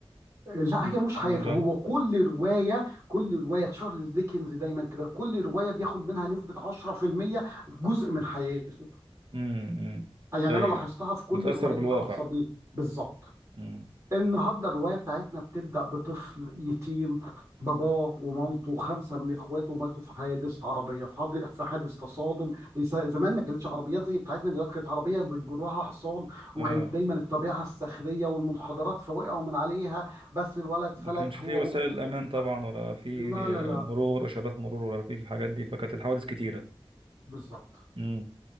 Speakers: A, on the right; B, on the right.
A: لا
B: م-
A: هي مش حياته
B: ولا
A: هو كل رواية كل رواية تشارلز ديكنز دايما كده كل رواية بياخد منها نسبة 10% جزء من حياته
B: امم
A: يعني
B: ايوه
A: أنا لاحظتها في كل
B: متأثر
A: الروايات
B: بالواقع
A: الخاصة بيه بالظبط
B: امم
A: النهارده الروايه بتاعتنا بتبدا بطفل يتيم باباه ومامته وخمسه من اخواته ماتوا في حادث عربيه في حاد- في حادث تصادم ز- زمان ما كانتش عربيات زي بتاعتنا دلوقتي كانت عربيه بيجروها حصان وكانت
B: اه
A: دايما الطبيعه الصخريه والمنحدرات فوقعوا من عليها بس الولد
B: ما
A: فلت
B: كانش فيه
A: هو
B: وسائل
A: واخته الكبيره
B: امان طبعا ولا فيه
A: لا لا لا
B: آه، مرور اشارات مرور ولا فيه الحاجات دي فكانت الحوادث كتيرة
A: بالظبط
B: امم